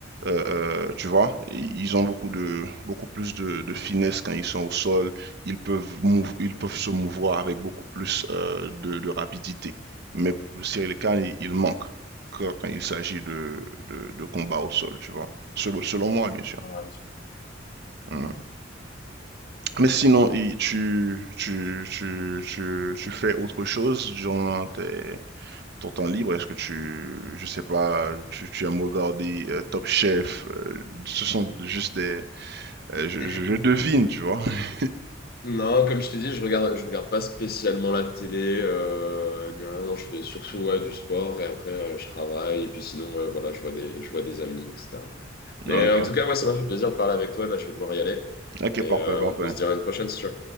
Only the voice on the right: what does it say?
euh, euh, tu vois, ils ont beaucoup de beaucoup plus de, de finesse quand ils sont au sol. Ils peuvent mouv- ils peuvent se mouvoir avec beaucoup plus euh, de, de rapidité. Mais Cyril Kane, il, il manque quand, quand il s'agit de, de, de combat au sol, tu vois. Selon, selon moi, bien sûr.
Mhm. Mais sinon, et tu, tu, tu, tu, tu fais autre chose durant tes- ton temps libre? Est-ce que tu, je sais pas, tu, tu aimes regarder euh, Top Chef? euh, ce sont juste des, euh, je,
je- je devine, tu vois. <laughs>
Ok,
ok,
parfait,
parfait.